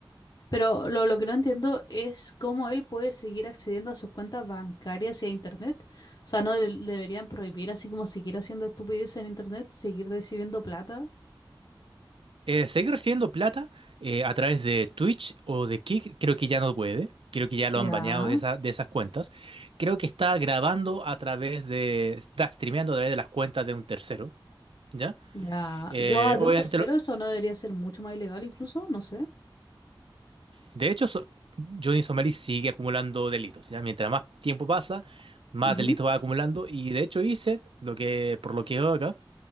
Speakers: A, on the left; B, on the right.
A: Pero lo, lo que no entiendo es cómo él puede seguir accediendo a sus cuentas bancarias y a internet. O sea, ¿no de- deberían prohibir así como seguir haciendo estupideces en internet, seguir recibiendo plata?
B: Eh, seguir recibiendo plata eh, a través de Twitch o de Kick, creo que ya no puede. Creo que ya lo
A: Ya.
B: han baneado de, esa- de esas cuentas. Creo que está grabando a través de, está streameando a través de las cuentas de un tercero, ¿ya?
A: Ya.
B: Eh,
A: Guau, de
B: obviamente
A: un tercero
B: lo-
A: eso no debería ser mucho más ilegal incluso, no sé.
B: De hecho, so- Johnny Somerville sigue acumulando delitos, ¿ya? Mientras más tiempo pasa, más
A: Ujú.
B: delitos va acumulando. Y de hecho dice, lo que, por lo que veo acá,